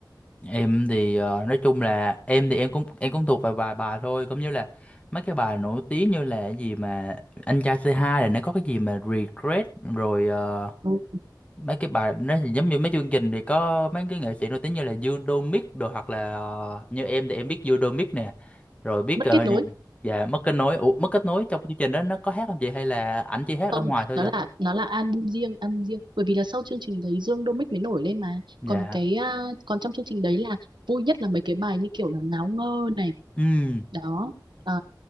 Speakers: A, on the left; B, on the right.
A: Em thì ờ, nói chung là em thì em cũng em cũng thuộc vài vài bài thôi cũng như là mấy cái bài nổi tiếng như là cái gì mà anh trai c hai là nó có cái gì mà regret rồi ờ,
B: ừ.
A: mấy cái bài nó thì giống như mấy chương trình thì có mấy cái nghệ sĩ nổi tiếng như là Dương Domic đồ hoặc là ờ, như em thì em biết Dương Domic nè rồi biết
B: mất
A: ờ,
B: kết nối
A: dạ mất kết nối Ủa, mất kết nối trong chương trình đó nó có hát không chị hay là ảnh chỉ hát
B: không
A: ở ngoài thôi
B: nó
A: ra
B: là nó là album riêng album riêng bởi vì là sau chương trình đấy Dương Domic mới nổi lên mà
A: dạ
B: còn cái à, còn trong chương trình đấy là vui nhất là mấy cái bài như kiểu là ngáo ngơ này
A: ừ
B: đó à,